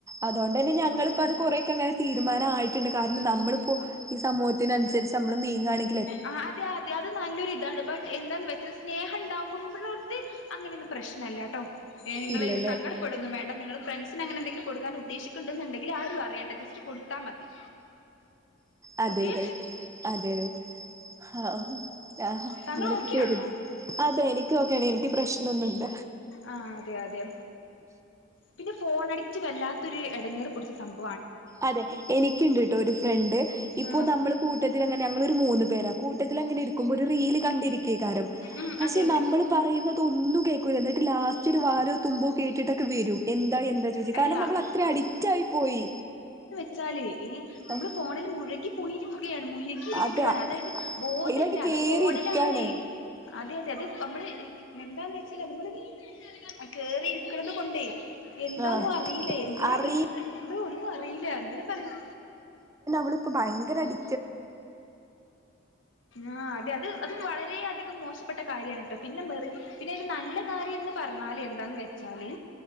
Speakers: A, on the right (about 15°); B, on the left (about 80°).
A: അതുകൊണ്ട് ഞങ്ങൾ കുറെ ഒക്കെ അങ്ങ തീരുമാനയിട്ടുണ്ട്, കാരണം നമ്മളിപ്പോ ഈ സമൂഹത്തിനനുസരിച്ച് നമ്മള് നീങ്ങ ആണെങ്കിൽ
B: ആ അതെ അതെ അത് നല്ലൊരു ഇതാണ് ബട്ട് എന്താന്ന് വെച്ച സ്നേഹം ഉണ്ടാകുമ്പോളോടത്ത് അങ്ങനെയൊന്നും പ്രശ്നമല്ല കേട്ടോ ഏ നിങ്ങൾ
A: ഇല്ലല്ലേ
B: സങ്കടപ്പെടുന്നു വേണ്ട നിങ്ങള് ഫ്രണ്ട്സ് പിനെ അങ്ങനെ എന്തെങ്കിലും കൊടുക്കാൻ ഉദ്ദേശിക്കണ്ട എന്നുണ്ടെങ്കിൽ ആരും അറിയണ്ട ജസ്റ്റ് കൊടുത്താൽ മതി
A: അതെതെ
B: ഓക്കെ
A: അതെതെ ആ ആ
B: താങ്കൾ
A: അങ്ങനെയൊക്കെ
B: ഓക്കെ
A: <unintelligible>
B: ആണോ
A: അതെ എനിക്ക് ഒക്കെയാണ് എനിക്ക് പ്രശ്നമൊന്നുമില്ല.
B: ആ അതെ അതെ പിന്നെ ഫോൺ അഡിക്റ്റ് വല്ലാത്തൊരു ഇടങ്ങേറ് പിടിച്ച സംഭ
A: അതെ, എനിക്കുണ്ട് കേട്ടോ ഒരു ഫ്രണ്ട് ഇപ്പോ
B: ആ
A: നമ്മള് കൂട്ടത്തിൽ അങ്ങനെ ഞങ്ങൾ ഒരു മൂന്ന് പേരാണ്. കൂട്ടത്തിലാങ്ങനെയിരിക്കുമ്പോ ഒരു റീൽ കണ്ടിരിക്ക കാരം
B: ഉം
A: പക്ഷെ
B: അതെ അതെ
A: നമ്മൾ പറയുന്നുന്നത് ഒന്നും കേൾക്കൂല്ല എന്നിട്ട് ലാസ്റ്റ് ഇച്ചിരി വാലോ തുമ്പോ കേട്ടിട്ടൊക്കെ വരും എന്താ എന്താ ചോദിച്ചു
B: എടി
A: കാരണം നമ്മൾ അത്ര അഡിക്റ്റ് ആയി പോയി.
B: വച്ചാൽ എ നമ്മള്
A: ആഹ്
B: ഫോണിൽ മുഴുകി പോയിരിക്കും ഇരിക്കുകയാണ് മുഴുകി ഇരിക്കുകയാണ്
A: അതെ അയിലണ്ട്
B: അതായത് ബോധല്ല അത്
A: കേറി
B: ഫോണിലാണ്
A: ഇരിക്കാണ്
B: അതെ അതെ അത് നമ്മള് എന്താന്ന് വെച്ചാല് നമ്മള് കേറി ഇര്ക്ക്‌ണത് കൊണ്ടേ എന്താന്നും
A: ആഹ്
B: അറിയില്ല എന്തിനാ
A: അറിയില്ല
B: വിളിക്കുന്നത് അത് ഒന്നും അറിയില്ല എന്തിനാ പറിണ്
A: ഇപ്പ പ്പോ ഭയങ്കരടി
B: ആ അതെ അത് അത് വളരെയധികം മോശപ്പെട്ട കാര്യമാണ് കേട്ടോ പിന്നെ മെറി പിന്നെയ്ല് നല്ല കാര്യം എന്ന് പറഞ്ഞാല് എന്താന്ന് വെച്ചാല്